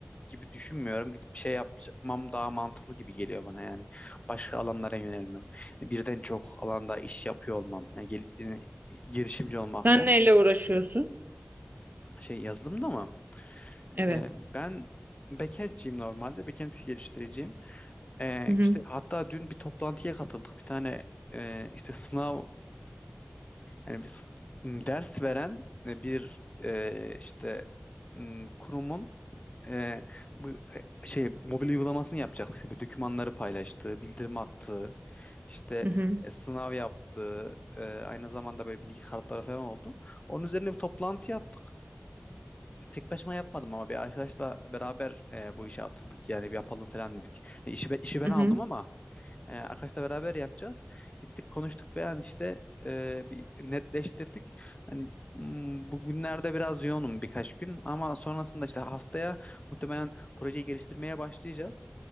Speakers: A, on the left; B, on the right.
A: gibi düşünmüyorum. Gidip bir şey yapmam daha mantıklı gibi geliyor bana yani. Başka alanlara yönelmem. Yani Birden çok alanda iş yapıyor olmam. Yani gel- yani girişimci olmak
B: Sen
A: falan.
B: neyle uğraşıyorsun?
A: Şey yazılımda mı?
B: Evet.
A: Ee, ben backend'ciyim normalde. Backend geliştireceğim. Ee,
B: Hı hı.
A: işte hatta dün bir toplantıya katıldık. Bir tane e, işte sınav Yani bir ders veren e, bir e, işte m, kurumun e, bu e, şey mobil uygulamasını yapacaktık. İşte bu dokümanları paylaştığı, bildirim attığı, işte
B: Hı hı.
A: e, sınav yaptığı, e, aynı zamanda böyle bilgi kartları falan oldu. Onun üzerine bir toplantı yaptık. Tek başıma yapmadım ama bir arkadaşla beraber e, bu işe atıldık yani bir yapalım falan dedik. Yani işi, be- işi ben
B: Hı
A: aldım
B: hı.
A: ama e, Akaş'la beraber yapacağız. Gittik konuştuk ve yani işte e, bir netleştirdik. Hani m, bugünlerde biraz yoğunum birkaç gün ama sonrasında işte haftaya muhtemelen projeyi geliştirmeye başlayacağız.